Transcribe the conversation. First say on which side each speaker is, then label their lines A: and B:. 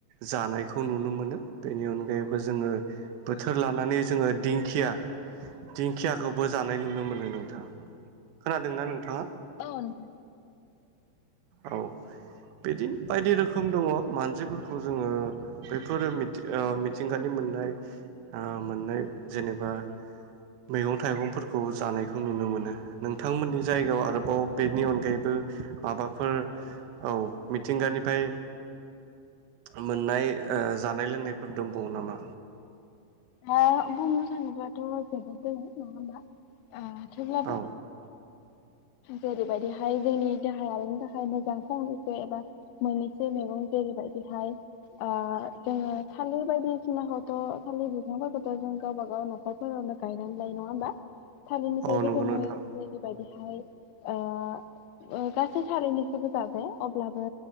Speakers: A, on the right (about 80°); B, on the left (about 90°).
A: जानायखौ नुनो मोनो बेनि अनगायैबो जोङो बोथोर लानानै जोङो दिंखिया दिंखियाखौबो जानाय नुनो मोनो नोंथां । खोनादोंना नोंथाङा?
B: औ नोंथां
A: औ बिदिनो बायदि रोखोम दङ मानसिफोरखौ जोङो बैफोरो मिथि ओ मिथिंगानि मोननाय ओ मोननाय जेनेबा मैगं-थाइगंफोरखौ जानायखौ नुनो मोनो नोंथांमोननि जायगायाव आरोबाव बेनि अनगायैबो माबाफोर औ मिथिंगानिफाय मोननाय ओ जानाय लोंनायफोर दंबावो नामा?
B: ओ बुंनो थाङोब्लाथ' जोबोद दोङो नङा ओमबा ओ थेवब्लाबो
A: औ
B: जेरैबायदिहाय जोंनि देहायारिनि थाखाय मोजां <unintelligible> जो एबा मोनि जे मैगं जेरैबायदिहाय आ जोङो थालिर बायदिसिनाखौथ' थालिर <unintelligible> जों गावबा गाव न'खरफोरावनो गायनानै लायो नङा होमबा? थालिरनिफ्रायबो
A: औ नंगौ
B: जोङो
A: नोंथां
B: जेरैबायदिहाय ओ ओ गासै थालिरनिखोबो जाजाया बे अब्लाबो